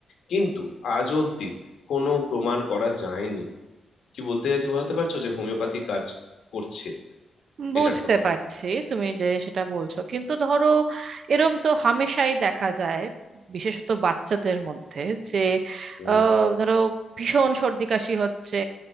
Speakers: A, on the left; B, on the right.
A: কিন্তু আজ অবধি কোনো প্রমাণ করা যায়নি কি বলতে চাইছি বোঝাতে পারছো যে হোমিওপ্যাথি কাজ করছে
B: বুঝতে
A: এটার কথা
B: পারছি তুমি যে সেটা বলছো কিন্তু ধরো এরম তো হামেশাই দেখা যায় বিশেষত বাচ্চাদের মধ্যে যে
A: হুম
B: আহ, ধরো ভীষণ সর্দি কাশি হচ্ছে